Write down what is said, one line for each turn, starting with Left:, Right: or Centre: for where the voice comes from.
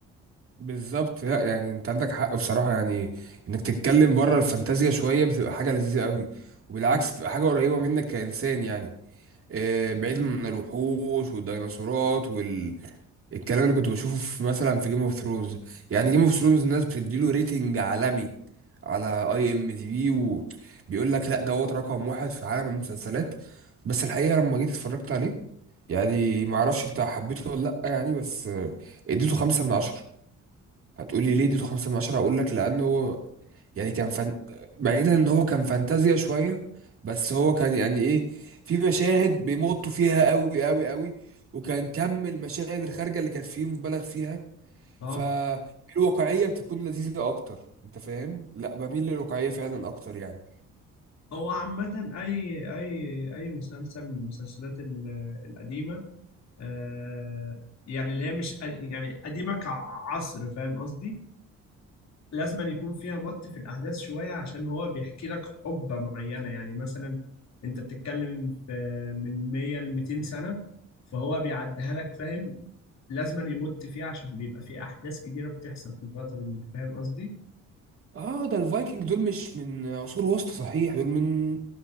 Right: بالظبط لا يعني أنت عندك حق بصراحة يعني إنك تتكلم بره الفانتازيا شوية بتبقى حاجة لذيذة قوي وبالعكس
Left: مم.
Right: بتبقى حاجة قريبة منك كإنسان يعني آه، بعيد من الوحوش والديناصورات الكلام اللي كنت بشوفه في مثلا في جيم اوف ثرونز يعني جيم اوف ثرونز الناس بتديله ريتنج عالمي على اي ام دي بي وبيقول لك لا دوت رقم واحد في عالم المسلسلات بس الحقيقه لما جيت اتفرجت عليه يعني ما اعرفش انت حبيته ولا لا يعني بس آه، اديته خمسة من عشرة هتقولي ليه اديته خمسة من عشرة هقول لك لانه هو يعني كان فن... بعيدا ان هو كان فانتازيا شويه بس هو كان يعني ايه في مشاهد بيمطوا فيها قوي قوي قوي وكان كم المشاهد الخارجه اللي كانت فيه مبالغ فيها
Left: اه
Right: فالواقعيه بتكون لذيذه اكتر انت فاهم لا بميل للواقعيه فعلا اكتر يعني
Left: هو عامة أي أي أي مسلسل من المسلسلات ال- القديمة آه، يعني اللي هي مش يعني قديمة كعصر فاهم قصدي لازم أن يكون فيها مط في الأحداث شوية عشان هو بيحكي لك حقبة معينة يعني مثلا أنت بتتكلم في من 100 ل 200 سنة فهو بيعديها لك فاهم لازم أن يمط فيها عشان بيبقى في أحداث كتيرة بتحصل في الفترة دي فاهم قصدي؟
Right: اه ده الفايكنج دول مش من عصور وسطى صحيح دول من